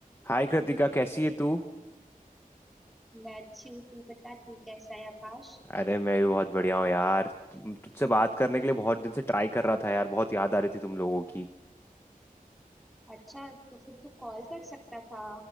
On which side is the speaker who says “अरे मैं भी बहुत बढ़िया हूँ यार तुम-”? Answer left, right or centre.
Left